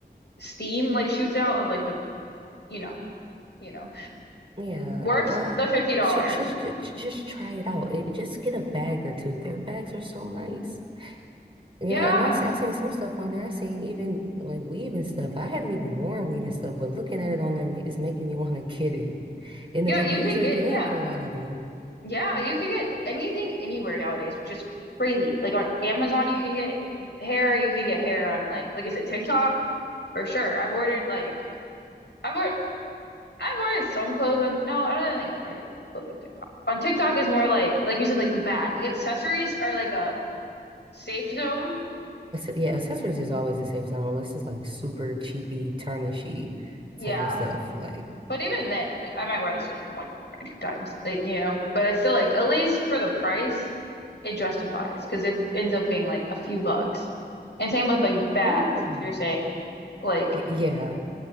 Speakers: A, on the left; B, on the right.
A: steam like shoots out of like the you know you know
B: Yeah,
A: worth
B: I, I,
A: the fifty dollars.
B: just, just just try it out. It, just get a bag or two. Their bags are so nice. Girl,
A: Yeah,
B: and I've, se- I've seen some stuff on there. I've seen even like weave and stuff. I haven't even worn weave and stuff, but looking at it on there ma- is making me <laughs> want to get it. And
A: yeah,
B: the reviews
A: you could
B: are
A: get
B: good
A: yeah
B: for a lot of them.
A: yeah you could get anything anywhere nowadays, which is crazy. Like on Amazon, you could get hair. You could get hair on like like is it TikTok for sure. I've ordered like I've ordered I've ordered some clothes on. No, I don't think I've ordered clothes on TikTok. On TikTok is more like like you said like the bag like accessories are like a safe zone.
B: yeah, accessories is always a safe zone unless it's like super cheapy, tarnishy
A: Yeah.
B: type of stuff. Like,
A: But even then, it's like I might wear this like one or two times, like you know. But I still like at least for the price, it justifies because it ends up being like a few bucks. And same with like bags,
B: oh,
A: as you're saying, like
B: y- yeah.